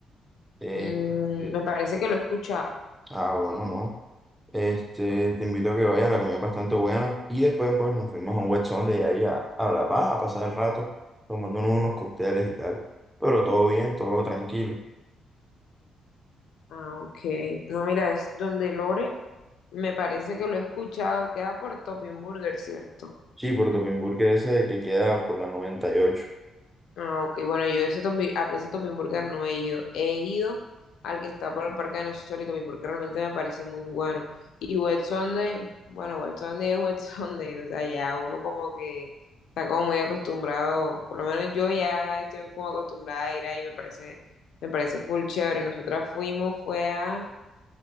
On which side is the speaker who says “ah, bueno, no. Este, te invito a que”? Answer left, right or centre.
Centre